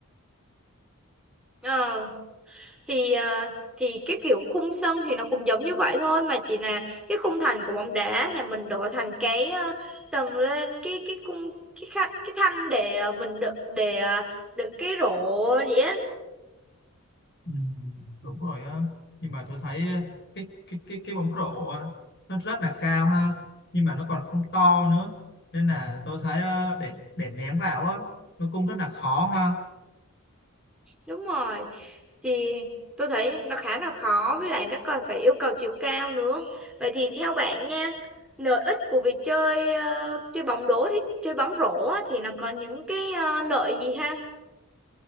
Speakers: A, in the centre; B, on the left.
A: Ờ thì ờ, thì cái kiểu khung sân thì nó cũng giống như vậy thôi mà chỉ là cái khung thành của bóng đá là mình đổi thành cái ờ, tầng lên cái cái khung cái khăn cái thanh để ờ, mình đựng để ờ, đựng cái rổ vậy á
B: Ừ, đúng rồi á nhưng mà tôi thấy ờ, cái cái cái cái bóng rổ á, nó rất là cao ha nhưng mà nó còn không to nữa nên là tôi thấy ờ, để để ném vào á nó cũng rất là khó ha
A: Đúng rồi. Thì tôi thấy nó khá là khó với lại nó còn phải yêu cầu chiều cao nữa. Vậy thì theo bạn nha, lợi ích của việc chơi ờ, chơi bóng đổ thì chơi bóng rổ á, thì nó có những cái ờ, lợi gì ha?